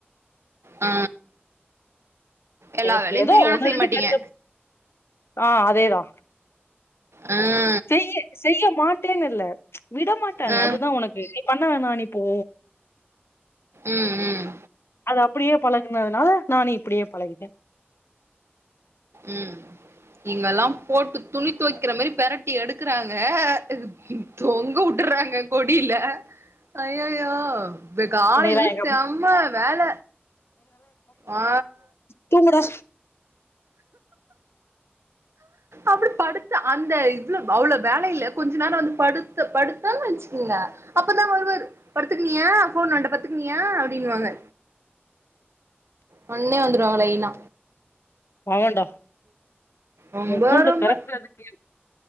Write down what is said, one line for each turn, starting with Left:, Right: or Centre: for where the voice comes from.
Right: ஆ எல்லா
Left: எ
Right: வேலையு
Left: ஏதோ
Right: தெரியு ஆனா
Left: ஒன்னு
Right: செய்ய
Left: ரெண்டு
Right: மாட்டீங்க
Left: தெரிஞ்சப் ஆ அதேதா
Right: ஆ
Left: செய்யு செய்ய மாட்டேன்னுல்ல விட மாட்டாங்க
Right: ஆ
Left: அதுதா ஒனக்கு நீ பண்ண வேணா நீ போ
Right: ம் ம்
Left: அது அப்படியே பழகுனதுனால நானு இப்படியே பழகிட்டே
Right: ம் இங்கலா போட்டு துணி தொய்க்ற மாரி பெரட்டி எடுக்குறாங்க ஹு தொங்க உட்டுறாங்க கொடில ஐயயோ பே காலைல்
Left: என்னையெல்லா எங்க
Right: சம்ம
Left: அம்மா
Right: வேல ஆ
Left: தூங்கு டா
Right: அப்டி படுத்த அந்த இவ்ளோ அவ்ளோ வேலயில கொஞ்சொ நேரோ வந்து படுத் படுத்தெ வச்சுக்கோங்க அப்ப தா வருவாரு படுத்துக்குனியா ஃபோன் நோண்ட பத்துக்குனியா அப்டின்னுவாங்க வுட்ண்ணே வந்துருவாங்க லைனா
Left: பவெண்டா
Right: ரொம்ப
Left: உ கூண்ட
Right: ரொம்ப
Left: தெறக்கறதுக்கு